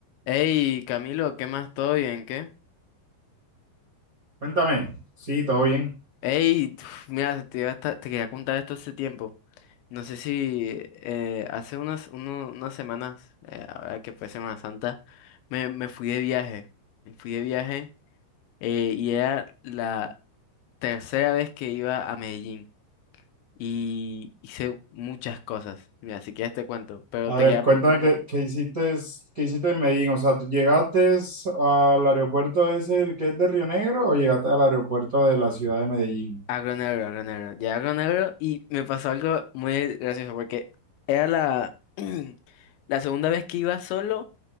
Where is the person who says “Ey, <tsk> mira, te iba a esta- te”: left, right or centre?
Left